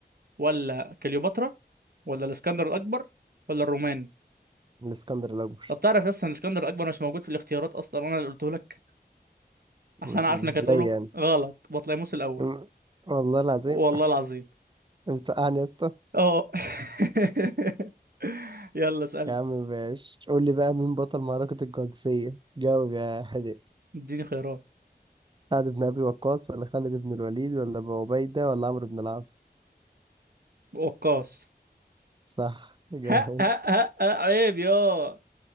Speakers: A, on the right; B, on the right.
A: ولا كليوباترا ولا الاسكندر الاكبر ولا الرومان
B: الإسكندر الأكبر
A: طب تعرف يا اسطى ان الاسكندر الاكبر مش موجود في الاختيارات اصلا وانا اللي قلته لك عشان
B: م-
A: عارف انك
B: ازاي
A: هتقوله
B: يعني
A: غلط بطليموس الاول
B: م- والله العظيم
A: والله العظيم
B: بتوقعني يا اسطى
A: اه <laughs> يلا اسألني
B: يا عم باش قول لي بقى مين بطل معركة القادسية جاوب يا حدق
A: اديني خيارات
B: سعد بن أبي وقاص ولا خالد بن الوليد ولا أبو عبيدة ولا عمرو بن العاص
A: وقاص
B: صح جامد
A: ها ها ها ها عيب يا